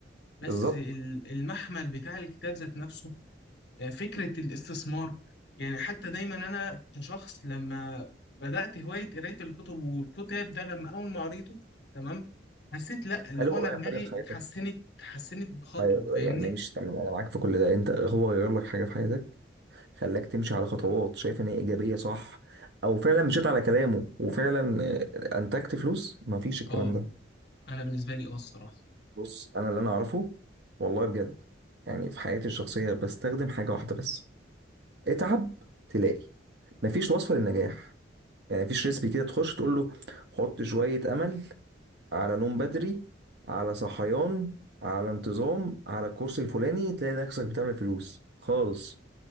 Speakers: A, on the left; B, on the right.
A: بس
B: بالظبط
A: ال- المحمل بتاع الكتاب ذات نفسه آه، فكرة الاستثمار يعني حتى دايما انا كشخص لما بدأت هواية قراية الكتب والكتاب ده لما اول ما قريته تمام حسيت لا اللي
B: هل
A: هو
B: هو
A: انا
B: غير
A: دماغي
B: حاجة في حياتك؟
A: اتحسنت اتحسنت بخطوة
B: أيوة،
A: فاهمني
B: يعني ماشي تمام أنا معاك في كل ده أنت هو غير لك حاجة في حياتك خلاك تمشي على خطوات شايف إن هي إيجابية صح أو فعلا مشيت على كلامه وفعلا آه، أنتجت فلوس مفيش الكلام
A: اه
B: ده
A: انا بالنسبه لي اه الصراحه
B: بص انا اللي انا اعرفه والله بجد يعني في حياتي الشخصيه بستخدم حاجه واحده بس اتعب تلاقي مفيش وصفه للنجاح يعني مفيش ريسبي كده تخش تقول له حط شويه امل على نوم بدري على صحيان على انتظام على الكورس الفلاني تلاقي نفسك بتعمل فلوس خالص